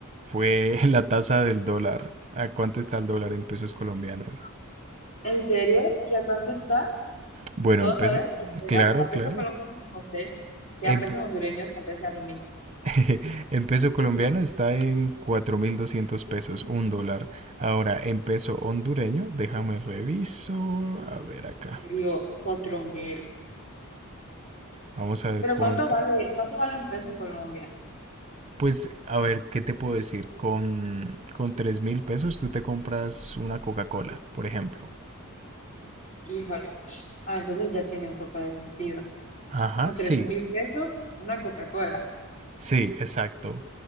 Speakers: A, on the right; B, on the left.
A: fue <laughs> la tasa del dólar. ¿A cuánto está el dólar en pesos colombianos?
B: ¿En serio? ¿Y a cuánto está?
A: Bueno,
B: ¿Puedo
A: en peso-
B: saber? Porque
A: claro,
B: a, a pesos
A: claro.
B: colombianos no sé. Si
A: En,
B: a pesos
A: pe-
B: hondureños tal vez sea lo mismo.
A: <laughs> en peso colombiano está en 4.200 pesos, un dólar. Ahora, en peso hondureño, déjame reviso. A ver acá.
B: Perdió cuatro mil.
A: Vamos a ver
B: Pero
A: cuánto.
B: ¿cuánto vale, cuánto vale un peso en Colombia?
A: Pues, a ver, ¿qué te puedo decir? Con, con tres mil pesos tú te compras una Coca-Cola, por ejemplo.
B: Híjole. Ah, entonces ya tiene un poco de sentido.
A: Ajá,
B: Con tres
A: sí,
B: mil pesos, una Coca-Cola.
A: sí, exacto.